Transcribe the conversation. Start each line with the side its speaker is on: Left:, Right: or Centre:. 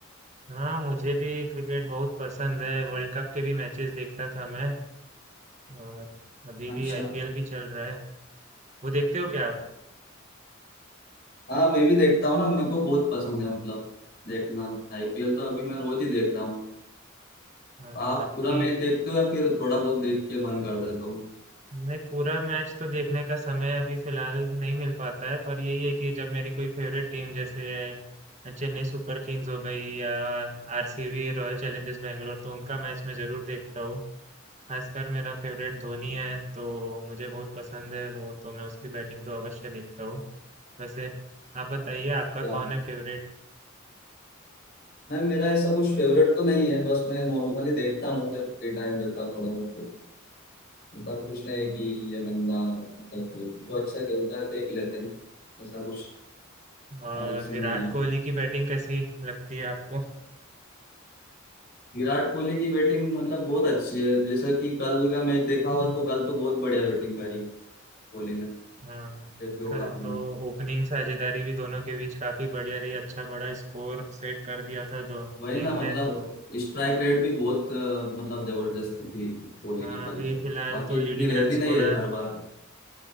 Right: हाँ मुझे भी क्रिकेट बहुत पसंद है। वर्ल्ड कप के भी मैचेस देखता था मैं और अभी भी
Left: अच्छा
Right: आईपीएल भी चल रहा है। वो देखते हो क्या आप?
Left: हाँ मैं भी देखता हूँ ना मेरे को बहुत पसंद है मतलब देखना आईपीएल तो अभी मैं रोज ही देख रहा हूँ
Right: हाँ,
Left: आप
Right: आपकी
Left: पूरा मैच देखते हो या फिर थोड़ा बहुत देख के बंद कर देता हूँ
Right: नहीं पूरा मैच तो देखने का समय अभी फिलहाल नहीं मिल पाता है पर यही है कि जब मेरी कोई फेवरेट टीम जैसे चेन्नई सुपर किंग्स हो गई या आरसीबी रॉयल चैलेंजर्स बैंगलोर तो उनका मैच मैं जरूर देखता हूँ खासकर मेरा फेवरेट धोनी है तो मुझे बहुत पसंद है वो तो मैं उसकी बैटिंग तो अवश्य देखता हूँ वैसे आप बताइए आपका
Left: हाँ।
Right: कौन है फेवरेट
Left: नहीं मेरा ऐसा कुछ फेवरेट तो नहीं है बस मैं नॉर्मली देखता हूँ जब फ्री टाइम रहता है थोड़ा बहुत तो पर कुछ नहीं है कि ये बंदा मतलब कोई वो अच्छा खेलता है देख लेते हैं ऐसा कुछ
Right: और
Left: अलग से
Right: विराट
Left: नहीं है
Right: कोहली की बैटिंग कैसी लगती है आपको
Left: विराट कोहली की बैटिंग मतलब बहुत अच्छी है जैसा कि कल का मैच देखा हुआ तो कल तो बहुत बढ़िया बैटिंग करी कोहली ने
Right: हाँ
Left: देखे होगा
Right: कल
Left: आपने
Right: तो ओपनिंग साझेदारी भी दोनों के बीच काफी बढ़िया रही अच्छा बड़ा स्कोर सेट कर दिया था दो टीम
Left: वही ना मतलब
Right: ने तो
Left: स्ट्राइक रेट भी बहुत अ, मतलब जबरदस्त थी कोहली
Right: हाँ
Left: की कल
Right: अभी
Left: तो
Right: फिलहाल
Left: बाकी
Right: तो
Left: इतनी
Right: लीडिंग
Left: रहती
Right: रन
Left: नहीं
Right: स्कोरर
Left: है हर बार